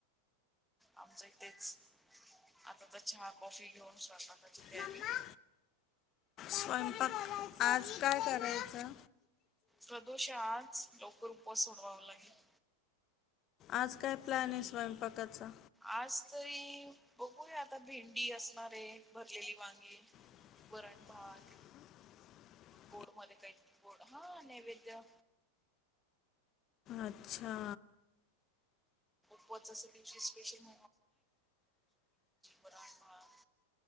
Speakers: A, in the centre; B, on the left.
A: आमच हो तेच आता तर चहा कॉफी घेऊन स्वंयपाकाची तयारी
B: मम्मा स्वयंपाक आज काय करायचा
A: प्रदोष आज लवकर उपवास सोडवाव लागेल.
B: आज काय प्लॅन आहे स्वयंपाकाचा
A: आज तरी बघूया आता भेंडी असणाराय भरलेली वांगी
B: <inaudible>
A: वरण भात गोड मध्ये काही गोड हा नैवेद्य
B: अच्छा
A: उपवासाच्या दिवशी स्पेशल <unintelligible>